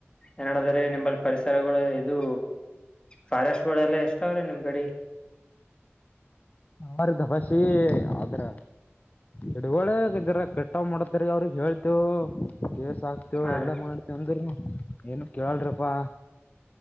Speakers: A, on the left; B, on the left.
A: ಏನಡದ್ರೀ ನಿಮ್ಮಲ್ಲಿ ಪರಿಸರಗಳ ಇದು ಫಾರೆಸ್ಟ್ಗಳೆಲ್ಲ ಎಷ್ಟಾವ್ರಿ ನಿಮ್ ಕಡಿ
B: ಅವ್ರ ಗಬಾಸಿ ಆದ್ರ ಚಡುವಳರ ಕೆಟ್ಟ ಮಾಡತರಿ ಅವ್ರಗ್ ಹೇಳ್ತೇವ ಸಾಕ್ತೇವ
A: ಹಾ
B: ಎಲ್ಲಾ
A: ರೀ
B: ಮಾಡ್ತವ ಅಂದರುನು ಏನು ಕೇಳಳ್ರಪ್ಪಾ